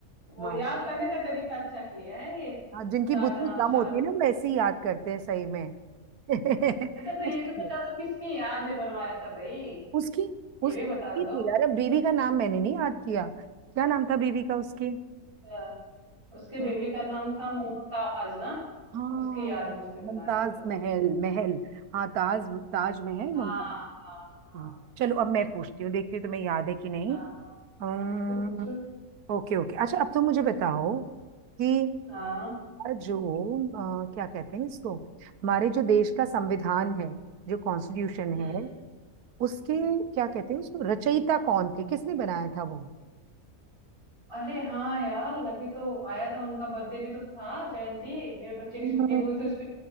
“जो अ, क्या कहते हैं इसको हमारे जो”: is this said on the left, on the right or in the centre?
Right